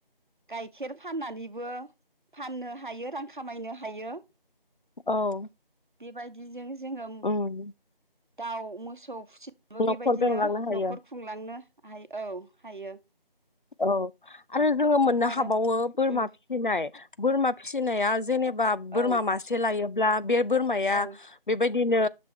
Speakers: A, on the right; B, on the left.
A: गाइखेर फाननानैबो फाननो हायो रां खामायनो हायो।
B: औ
A: बेबायदिजों जोङो
B: उम
A: दाउ मोसौ खुसिजोंबो
B: न'खर
A: बेबायदिनो
B: बेंलांनो हायो
A: न'खर खुंलांनो हायो औ हायो।
B: औ आरो जोङो मोननो
A: आरो
B: हाबावो बोरमा
A: उम
B: फिसिनाय। बोरमा फिसिनाया जेनेब बा बोरमा
A: औ
B: मासे लायो ला बे बोरमाया
A: औ
B: बेबायदि दिनो